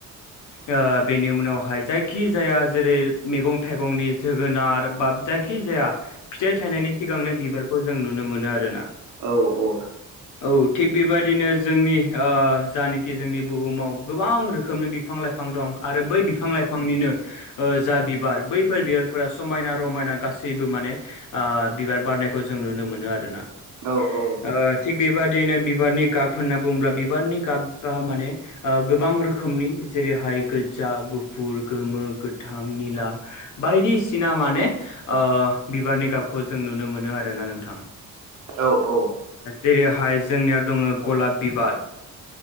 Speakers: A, on the left (about 75°); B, on the right (about 85°).
A: ओ बेनि उनावहाय जायखि जाया जेरै मैगं थाइगंनि जोगोनार बा जायखिजाया फिथाइ थाइनायनि सिगांनो बिबार खौ जों नुनो मोनो आरोना
B: औ-औ
A: <inaudible> औ थिग बेबायदिनो जोंनि ओ जानोकि जोंनि बुहुमाव गोबां रोखोमनि बिफां लाइ बिफां दं आरो बै बिफां लाइफांनिनो ओ जा बिबार बैफोर बिबारफोरा समायना रमायना गासैबो माने ओ‌ बिबार बारनायखौ जों नुनो मोनो आरोना
B: औ-औ
A: ओ थिग बेबदिनो बिबारनि गाब होनना बुङोब्ला बिबारनि गाबा माने ओ गोबां रोखोमनि जेरैहाय गोज्जा गुफुर गोमो गोथां निला बायदिसिना माने ओ बिबारनि गाबखौ जों नुनो मोनो आरोना नोंथां।
B: औ-औ
A: जेरैहाय जोंनियाव दङो गलाब बिबार